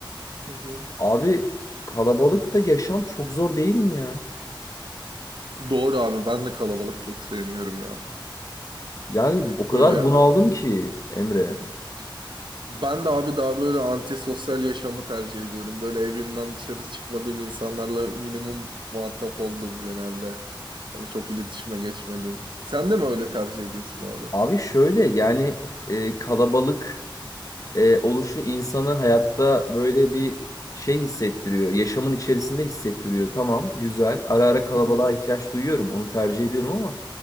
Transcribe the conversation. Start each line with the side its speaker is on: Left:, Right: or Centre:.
Right: hı hı.
Left: Abi kalabalıkta yaşam çok zor değil mi ya?
Right: Doğru abi ben de kalabalık çok sevmiyorum ya.
Left: Yani o
Right: Böyle
Left: kadar bunaldım ki Emre.
Right: e, Ben de abi daha böyle antisosyal yaşamı tercih ediyorum. Böyle evimden dışarı çıkmadığım insanlarla minimum muhatap olduğum genelde. Hani çok iletişime geçmediğim. Sen de mi öyle tercih ediyorsun abi?
Left: Abi şöyle yani e, kalabalık e, oluşu insanı hayatta böyle bir şey hissettiriyor. Yaşamın içerisinde hissettiriyor. Tamam, güzel. Ara ara kalabalığa
Right: Hı hı.
Left: ihtiyaç duyuyorum. Onu tercih ediyorum ama